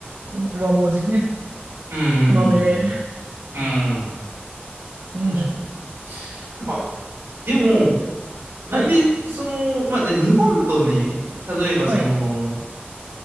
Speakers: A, on the right (about 70°); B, on the right (about 85°).
A: 和文字。
B: うん
A: 和名。う
B: うんうんうん。うん。
A: ん。
B: 確かに。まあ、でも、
A: はい。
B: なんで、その、まあ、じゃあ日本とね、例えばその、
A: はい。